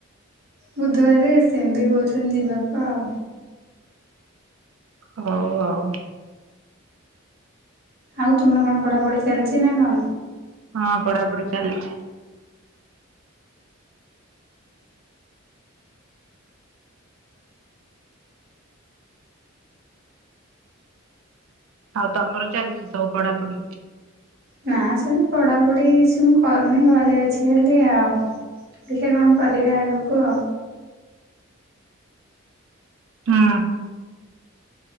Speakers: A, on the right (about 50°); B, on the right (about 80°).
A: ବୁଧବାରେ ସେମିତି କହୁଛନ୍ତି ଯିବାକୁ ଆଉ।
B: ହଉ ଆଉ
A: ଆଉ ତୁମର କଣ ପଢ଼ାପଢ଼ି ଚାଲିଛି ନା କଣ?
B: ହଁ ପଢାପଢି ଚାଲିଛି। ଆଉ ତମର ଚାଲିଛି ସବୁ ପଢାପଢି?
A: ନା ସେମତି ପଢାପଢି କିଛି ମୁଁ କରୁନି ଘରେ ଅଛିବୋଲି ଆଉ। ଦେଖିବା କଣ କରିବା ଆଗକୁ ଆଉ
B: ହୁଁ